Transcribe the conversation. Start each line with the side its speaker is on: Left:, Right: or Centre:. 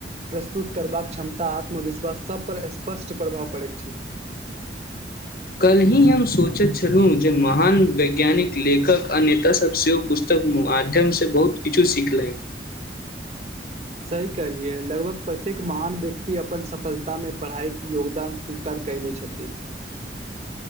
Right: प्रस्तुत करबाक क्षमता, आत्मविश्वास, सब पर स्पष्ट प्रभाव पड़ैत छै।
Left: यही हम सोचैत छलहुँ, जे महान वैज्ञानिक लेखक आ नेताास सभ सेहो पुस्तक माध्यमसँ बहुत किछु सीखनि।
Right: सही कहलियै, लगभग प्रत्येक महान व्यक्ति अपन सफलतामे पढ़ाइके योगदान स्वीकार कयने छथि।